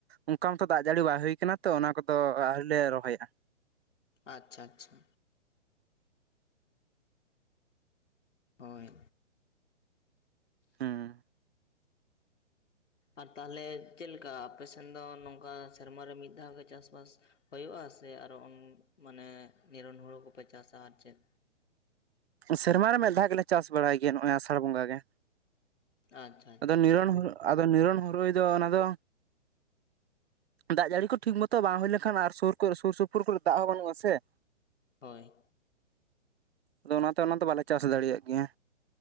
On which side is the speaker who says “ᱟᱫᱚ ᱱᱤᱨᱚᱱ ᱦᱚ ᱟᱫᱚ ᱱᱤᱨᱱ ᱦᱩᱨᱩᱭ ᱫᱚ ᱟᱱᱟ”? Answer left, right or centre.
Right